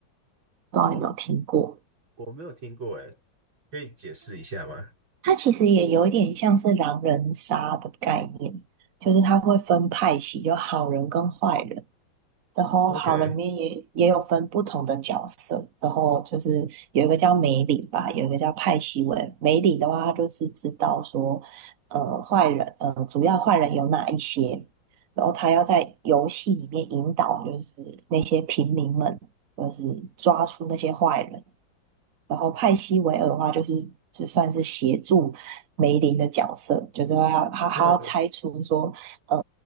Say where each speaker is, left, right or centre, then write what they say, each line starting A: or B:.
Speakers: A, on the right; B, on the right.
A: 不知道你有没有听过？
B: 哦，我没有听过诶，可以解释一下吗
A: 它其实也有一点像是狼人杀的概念，就是它会分派系，有好人跟坏人，然后好人里面也也有分不同的角色，
B: ？OK，
A: 然后就是有一个叫梅里吧，有一个叫派西文。梅里的话，他就是知道说，呃，坏人，呃，主要坏人有哪一些，然后他要在游戏里面引导，就是那些平民们，就是抓出那些坏人。然后派西维尔的话，就是就算是协助梅林的角色，就是说要他他要拆出说，
B: 呃，
A: 呃，